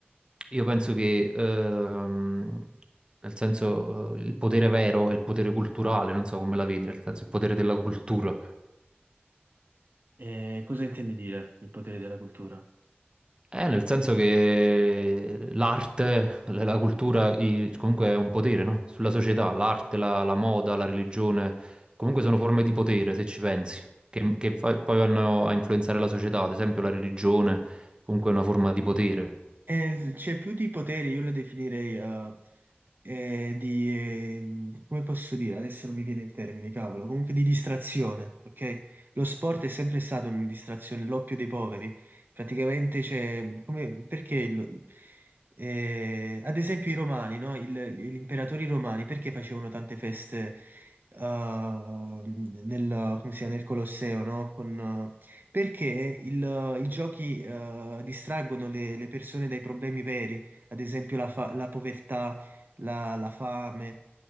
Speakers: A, on the right; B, on the right.
A: io penso che, ehm, nel senso, eh, il potere vero è il potere culturale, non so come la vedi, nel senso il potere della cultura.
B: eh, cosa intendi dire, il potere della cultura?
A: Eh, nel senso che l'arte, la la cultura, i- comunque è un potere, no? Sulla società, l'arte, la, la moda, la religione, comunque sono forme di potere, se ci pensi, che, che fa- poi vanno a influenzare la società, ad esempio la religione, comunque è una forma di potere.
B: Eh, c'è più di potere, io lo definirei eh, eh, di... ehm, come posso dire? Adesso non mi viene il termine, cavolo. Comunque di distrazione, ok? Lo sport è sempre stato una distrazione, l'oppio dei poveri. Praticamente c'è... Come, perché... lo- eh, ad esempio i romani, no? Il- gli imperatori romani, perché facevano tante feste eh, nel, come si chiama, nel Colosseo, no? Con, perché il- i giochi eh, distraggono le, le persone dai problemi veri, ad esempio la, fa- la povertà, la, la fame,